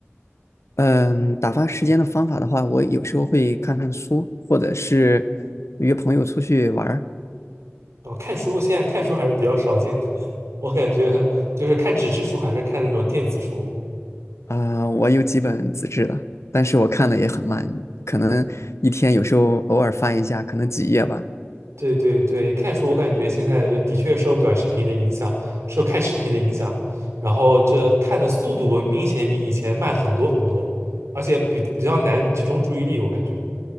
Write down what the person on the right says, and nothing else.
哦，看书，现在看书还是比较少见的。<laughs> 我感觉就是看纸质书，还是看那种电子书。
对对对，看书我感觉现在就的确受短视频的影响，受看视频的影响，然后这看的速度明显比以前慢很多很多，而且比比较难集中注意力，我感觉。